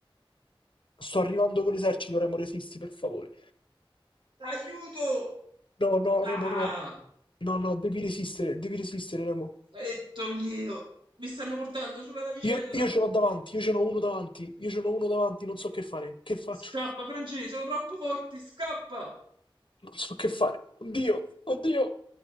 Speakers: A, on the left; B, on the right.
A: sto arrivando con l'esercito, Remo, resisti, per favore.
B: Aiuto!
A: No, no, Remo,
B: Ah!
A: no, no, no, devi resistere, devi resistere, Remo.
B: E toglilo! Mi stanno portando sulla navicella!
A: Io, io ce l'ho davanti, io ce n'ho uno davanti, io ce n'ho uno davanti, non so che fare, che faccio,
B: Scappa, Francesco, sono troppo forti! Scappa!
A: non so che fare, oddio, oddio.